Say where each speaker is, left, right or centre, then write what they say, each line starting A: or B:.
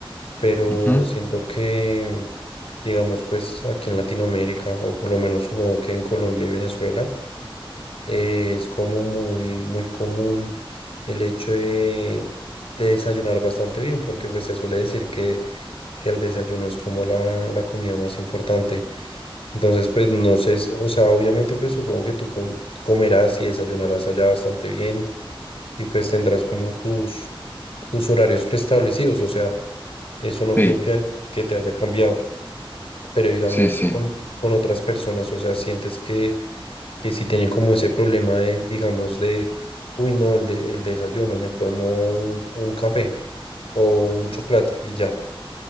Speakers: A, on the left (about 80°); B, on the left (about 20°).
A: pero
B: Ujú,
A: siento que, digamos, pues aquí en Latinoamérica, o por lo menos supongo que en Colombia y Venezuela, eh, es como muy, muy común el hecho de, de desayunar bastante bien, porque pues se suele decir que, que el desayuno es como la, la comida más importante. Entonces, pues no sé, si- o sea, obviamente pues supongo que tú com- comerás y desayunarás allá bastante bien y pues tendrás como tus, tus horarios preestablecidos, o sea, eso no
B: Sí,
A: creo que, que te haya cambiado, pero digamos
B: sí, sí.
A: con, con otras personas, o sea, sientes que, que si tienen como ese problema de, digamos, de... Uy, no, el, de- el desayuno, me tomo un un café. o un chocolate y ya.